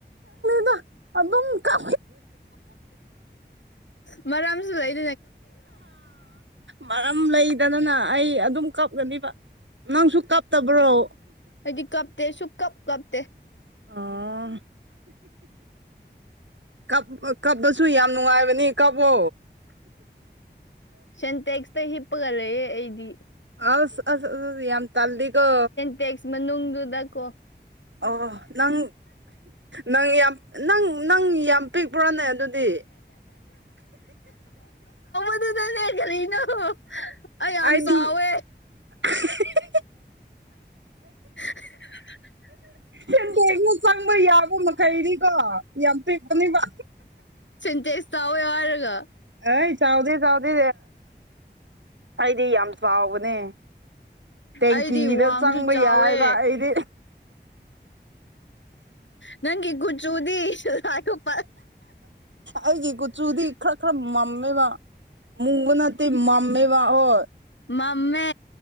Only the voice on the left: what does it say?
ꯃꯥꯔꯝꯁꯨ ꯂꯩꯥꯏ
ꯑꯗꯨ ꯀꯞꯇꯦ ꯁꯨꯛ ꯀꯞ ꯀꯞꯇ
ꯁꯦꯟꯇꯦꯛꯁꯇ ꯍꯤꯄꯒꯂ ꯏꯗꯤ
ꯇꯦꯛꯁ ꯃꯅꯨꯡꯗꯨꯗ ꯀꯣ
ꯑꯗꯨꯗꯅꯦ ꯀꯔꯤꯅꯣ ꯑꯩ ꯌꯥꯝ
ꯆꯥꯎꯋꯦ
<inaudible>
ꯁꯦꯟꯇꯦꯁ ꯇꯥꯎꯋꯦ ꯍꯥꯏꯔꯒ
ꯑꯩꯗꯤ ꯋꯥꯡꯁꯨ
ꯆꯥꯎꯋꯦ
ꯅꯪꯒꯤ ꯀꯨꯆꯨꯗꯤ ꯁꯤꯂꯥꯒ ꯃꯥꯜ
ꯃꯃꯦ